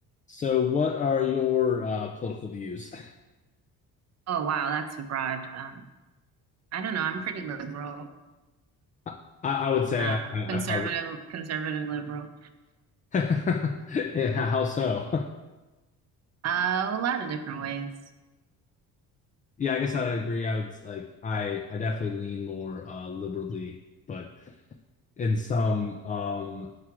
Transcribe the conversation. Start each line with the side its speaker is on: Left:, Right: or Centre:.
Left: So, what are your uh, political views?
Right: Oh wow, that's a broad. Um, I don't know. I'm pretty liberal,
Left: <laughs> I, I would say
Right: uh,
Left: I, I,
Right: conservative,
Left: I probably.
Right: conservative liberal.
Left: <laughs> Yeah, how so? <laughs>
Right: Uh, a lot of different ways.
Left: Yeah, I guess I'd agree. I would like I I definitely lean more uh, liberally, but in some um